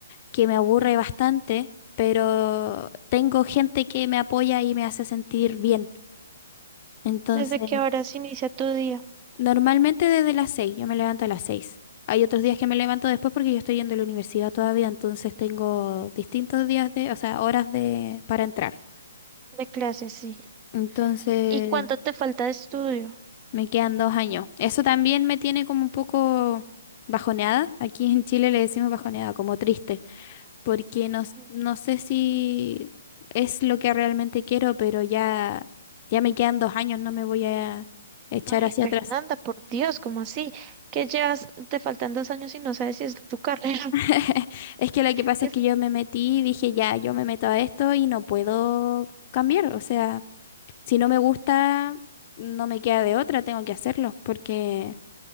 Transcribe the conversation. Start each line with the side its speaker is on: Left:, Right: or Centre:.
Left: que me aburre bastante, pero tengo gente que me apoya y me hace sentir bien. Entonces,
Right: ¿Desde qué horas inicia tu día
Left: normalmente desde las 6, yo me levanto a las 6. Hay otros días que me levanto después porque yo estoy yendo a la universidad todavía, entonces tengo distintos días de, o sea, horas de para entrar.
Right: de clases? Sí.
Left: Entonces,
Right: ¿Y cuánto te falta de estudio?
Left: me quedan dos años. Eso también me tiene como un poco bajoneada. Aquí en Chile le decimos bajoneada, como triste. porque no, s-
Right: Sí.
Left: no sé si es lo que realmente quiero, pero ya, ya me quedan dos años, no me voy a echar
Right: Ay,
Left: hacia
Right: Fernanda,
Left: atrás.
Right: por Dios, ¿cómo así? ¿Qué llevas, te faltan dos años y no sabes si es tu carrera.
Left: <laughs>
Right: <laughs>
Left: Es que lo que pasa
Right: ¿Qué
Left: es
Right: Es-
Left: que yo me metí y dije, ya, yo me meto a esto y no puedo cambiar. O sea, si no me gusta, no me queda de otra, tengo que hacerlo, porque